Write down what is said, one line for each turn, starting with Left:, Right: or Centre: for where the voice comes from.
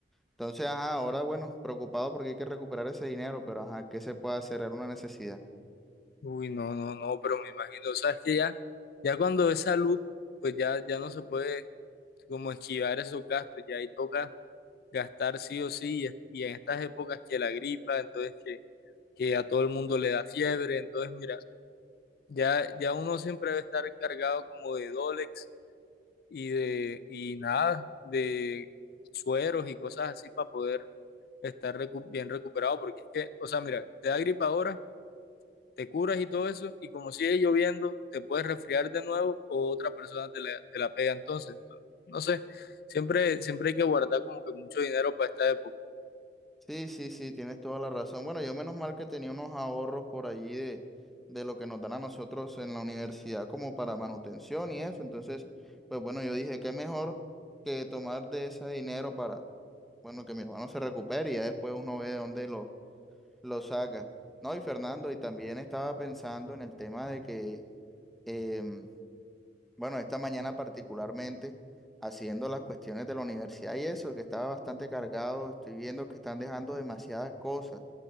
Centre: Entonces, ajá, ahora bueno, preocupado porque hay que recuperar ese dinero, pero ajá, ¿qué se puede hacer? Era una necesidad.
Left: Uy, no, no, no, pero me imagino, o sea, es que ya, ya cuando es salud, pues ya, ya no se puede como esquivar esos gastos, ya ahí toca gastar sí o sí, y, es- y en estas épocas que la gripa, entonces que, que a todo el mundo le da fiebre, entonces mira, Ya, ya uno siempre debe estar cargado como de Dolex y de, y nada, de sueros y cosas así para poder estar recu- bien recuperado, porque es que, o sea, mira, te da gripa ahora, te curas y todo eso, y como sigue lloviendo, te puedes resfriar de nuevo o otra persona te la, te la pega entonces, entonces, no sé, siempre, siempre hay que guardar como que mucho dinero para esta época.
Centre: Sí, sí, sí, tienes toda la razón. Bueno, yo menos mal que tenía unos ahorros por allí de, de lo que nos dan a nosotros en la universidad como para manutención y eso. Entonces, pues bueno, yo dije, qué mejor que tomar de ese dinero para, bueno, que mi hermano se recupere y ya después uno ve de dónde lo, lo saca. No, y Fernando, y también estaba pensando en el tema de que, em, bueno, esta mañana particularmente, haciendo las cuestiones de la universidad y eso, que estaba bastante cargado, estoy viendo que están dejando demasiadas cosas.